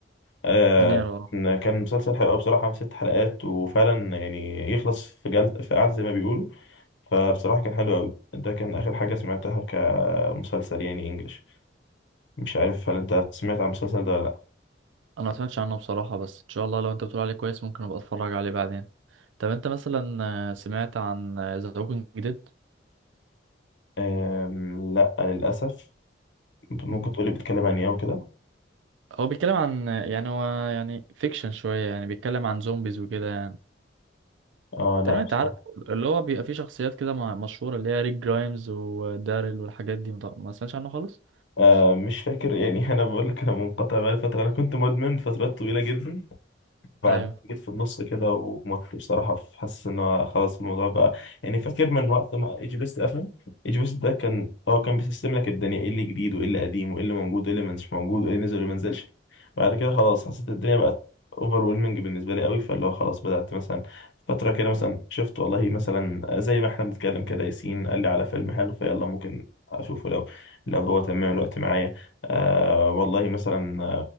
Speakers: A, on the left; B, on the right.
A: آه
B: الدنيا رو...
A: كان كان مسلسل حلقة بصراحة من ست حلقات وفعلا يعني يخلص في جلد في قعدة زي ما بيقولوا فبصراحة كان حلو أوي ده كان آخر حاجة سمعتها كمسلسل يعني إنجليش مش عارف هل أنت سمعت عن المسلسل ده ولا لأ
B: انا ما سمعتش عنه بصراحة بس ان شاء الله لو انت بتقول عليه كويس ممكن ابقى اتفرج عليه بعدين طب انت مثلا آه، سمعت عن ذا ووكينج ديد
A: آم، لأ للأسف ممكن
B: مم.
A: تقولي بيتكلم عن إيه أو كده
B: هو بيتكلم عن آه، يعني هو يعني فيكشن شوية يعني بيتكلم عن زومبيز وكده يعني
A: آه لأ
B: تقريبا
A: بصراحة
B: انت عارف اللي هو بيبقى فيه شخصيات كده مع- مشهورة اللي هي ريك جرايمز وداريل والحاجات دي مط- ما سمعتش عنه خالص
A: آه مش فاكر يعني <laughs> أنا بقول لك أنا منقطع بقالي فترة أنا كنت مدمن فترات طويلة جدا بعد
B: ايوه
A: جيت في النص كده ومت بصراحة في- حاسس إن هو خلاص الموضوع بقى يعني فاكر من وقت ما إيجي بيست قفل إيجي بيست ده كان هو كان بيسيستم لك الدنيا إيه اللي جديد وإيه اللي قديم وإيه اللي موجود وإيه اللي مش موجود وإيه اللي نزل وإيه اللي منزلش بعد كده خلاص حسيت الدنيا بقت اوفر ويلمنج بالنسبة لي قوي فاللي هو خلاص بدأت مثلا فترة كده مثلا شفت والله مثلا زي ما احنا بنتكلم كده ياسين قال لي على فيلم حلو فيلا ممكن أشوفه لو لو هو تمام الوقت معايا آه والله مثلا